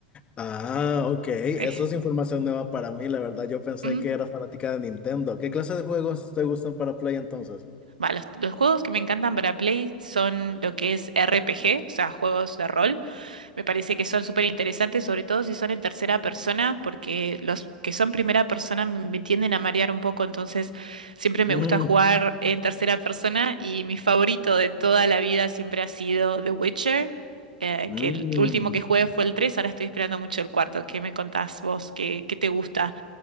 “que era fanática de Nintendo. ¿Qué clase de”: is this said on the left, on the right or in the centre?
Left